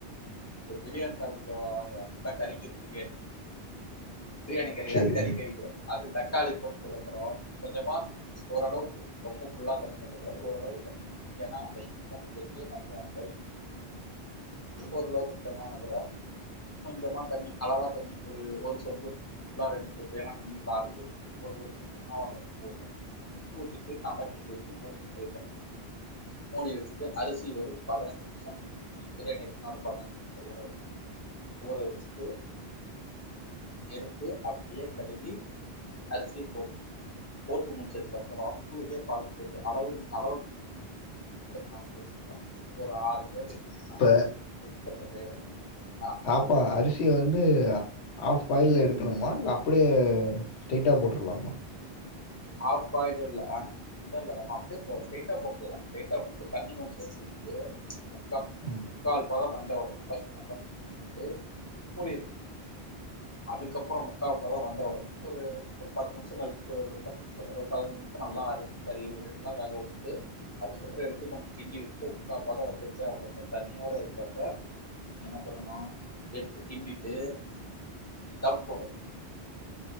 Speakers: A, on the left (about 20°); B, on the left (about 85°).
A: இப்போ பிரியாணி டாபிக் வருவோ வாங்க எல்லா கறிக்கிற பிரியாணி பிரியாணி கறிக்காது
B: சரி.
A: அது கறி கறிக்கு அது தக்காளி போட்டதுக்கப்பறோ கொஞ்சமா ஓரளவுக்கு ரொம்ப ஃபுல்லா தண்ணி ஊத்தக்கூடாது ஓரளவுக்கு தண்ணி ஏன்னா அந்த இஞ்சி பூண்டு பேஸ்ட்லயே கொஞ்ச கறி வெந்துருக் ஒரளவுக்கு மிதமானதுல கொஞ்சமா தண்ணி அளவா தண்ணி ஒரு ஒரு சொம்பு புல்லா ரெண்டு சொம்பு ஏன்னா நீங்க வீட்ல ஆறு பேர் தான ஒரு சொம்பு இல்லனா ஒன்ற சொம்பு ஊத்தணு ஊத்திட்டு நல்லா கிண்டி விட்டு மூடி வச்சிருந்தே மூடி வெச்சிட்டு அரிசி ஒரு பதினஞ்சு நிம்சோ பிரியாணி சுமார் ஒரு பதினஞ்சு நிம்ஷோ ஊற வச்சி ஊற வச்சிட்டு எடுத்து அப்படியே கலுவி அரிசிய போடுங்க போட்டு முடிச்சதுக்கப்பறோ உங்களுக்கே பதோ தெரியோ அளவு நீங்க அளவு சுட தண்ணிய அளந்து வச்சுக்குங்க ஒரு ஆறு பேர் இருக்கீங்கன்னா
B: இப்ப
A: எப்படி சொல்றது ஆ
B: ப்பா அரிசிய வந்து ஆஃப் பாயில் எடுக்கணுமா இல்ல அப்டியே ஸ்ட்ரைட்டா போட்டுரலாமா
A: ஹாஃப் பாயில் இல்ல ஆஃப் இல்ல மேடம் அப்டியே போடு ஸ்ட்ரைட்டா போட்லா ஸ்ட்ரைட்டா போட்டு தண்ணி கொஞ்ச சேத்து ஊத்திட்டு முக்கா
B: ம்.
A: முக்கால் பொக வந்த வுடனே ஃபர்ஸ்ட் நல்லா கிண்டி விட்டு மூடிருங்க அதுக்கப்பரமு முக்காப் பதோ வந்த ஒடனே ஒரு பத்து நிமிஷ கழிச்சு ஒரு பத்து நிமிஷ இல்ல ஒரு பதினைந்து நிமிஷ நல்லா அரிசி கழுவி நல்லா வேக விட்டு அதுக்கப்பற எடுத்து கொஞ்ச கிண்டி வுட்டு முக்கா பத வந்துருச்சா கொஞ்ச தண்ணியோட இருக்கிறப்ப நீ என்ன பண்ணணு எடுத்து கிண்டிட்டு தம் போடணு